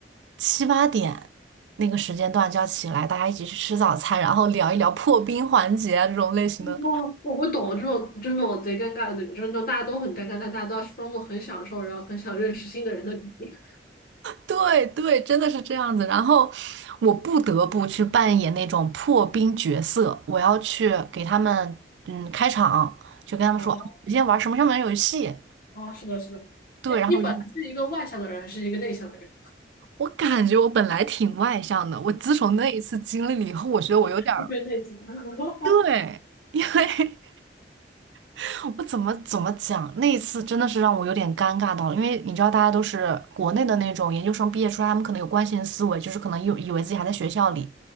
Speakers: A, on the right (about 80°); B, on the left (about 55°).
A: 七八点那个时间段就要起来，大家一起去吃早餐，然后聊一聊破冰环节啊这种类型的。
B: 我我懂了，这种就是那种贼尴尬的那种，就是那种大家都很尴尬，但大家都要装作很享受，然后很想认识新的人的感觉。
A: 对对，真的是这样子。然后我不得不去扮演那种破冰角色，我要去给他们嗯开场，就跟他们说，
B: <laughs> 哦，
A: 我今天玩什么什么游戏。
B: 哦，是的，是的。
A: 对，
B: 哎，
A: 然后我就
B: 你本来是一个外向的人，还是一个内向的人？
A: 我感觉我本来挺外向的，我自从那一次经历了以后，我觉得我有点儿
B: <laughs> 特别内向。<laughs>
A: 对，因为 <laughs> 我怎么怎么讲，那一次真的是让我有点尴尬到了，因为你知道大家都是国内的那种研究生毕业出来，他们可能有惯性思维，就是可能有以为自己还在学校里。